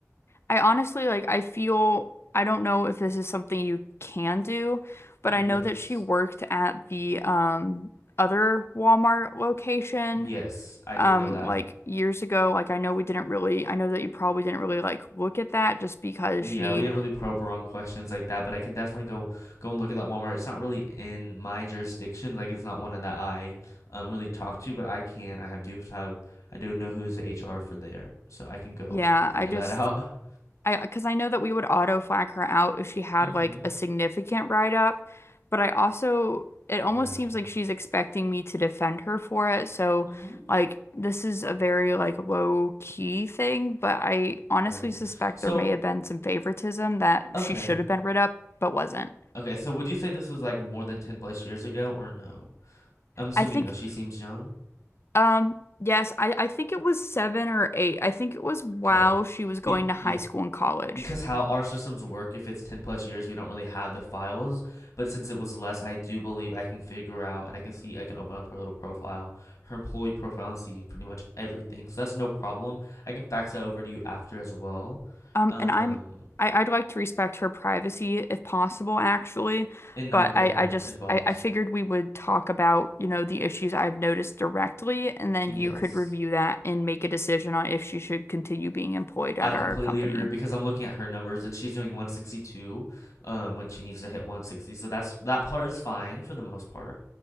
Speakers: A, on the left (about 50°); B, on the left (about 75°).
A: I honestly like I feel I don't know if this is something you can do, but
B: Yes.
A: I know that she worked at the um other Walmart location
B: Yes, I
A: um
B: did know that.
A: like years ago. Like I know we didn't really I know that you probably didn't really like look at that just because
B: we
A: she
B: yeah, we didn't really probe around questions like that, but I can definitely go go and look at that Walmart. It's not really in my jurisdiction, like it's not one that I um really talk to, but I can. I have do have I do know who's the HR for there, so I can go
A: yeah,
B: figure
A: I just
B: that out. <laughs>
A: I because I know that we would auto flag her out if she had
B: Mm-hmm.
A: like a significant write up, but I also it
B: Yeah.
A: almost seems like she's expecting me to defend her for it. So
B: Mm-hmm.
A: like this is a very like low key thing, but I honestly
B: Right.
A: suspect
B: So
A: there may have been some favoritism that
B: okay.
A: she should have been rid up but wasn't.
B: Okay, so would you say this was like more than 10 plus years ago or no? I'm assuming
A: I think
B: no, she seems young.
A: um yes, I I think it was seven or eight. I think it was while
B: Okay.
A: she was going
B: Be
A: to high
B: yeah.
A: school and college.
B: because how our systems work, if it's 10 plus years, we don't really have the files. But since it was less, I do believe I can figure out and I can see, I can open up her little profile, her employee profile, and see pretty much everything. So that's no problem. I can fax that over to you after as well.
A: Um,
B: Um,
A: and I'm I, I'd like to respect her privacy if possible, actually.
B: and not
A: But
B: get
A: I,
B: her
A: I just
B: involved.
A: I, I figured we would talk about, you know, the issues I've noticed directly, and then
B: Yes.
A: you could review that and make a decision on if she should continue being employed
B: I
A: at
B: completely
A: our company.
B: agree because I'm looking at her numbers and she's doing 162 um when she needs to hit 160. So that's that part is fine for the most part.